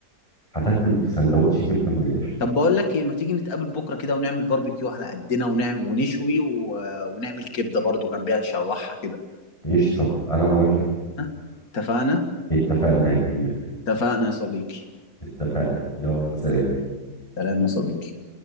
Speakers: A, on the left (about 20°); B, on the left (about 60°).
A: هتاكل سندوتش كبده من الاخر
B: طب بقول لك ايه ما تيجي نتقابل بكره كده ونعمل باربيكيو على قدنا ونعمل ونشوي و... ونعمل كبده برضو جنبيها نشوحها كده
A: قشطه انا موافق
B: ها؟ اتفقنا
A: اتفقنا يا كبير
B: اتفقنا يا صديقي
A: اتفقنا يلا سلام
B: سلام يا صديقي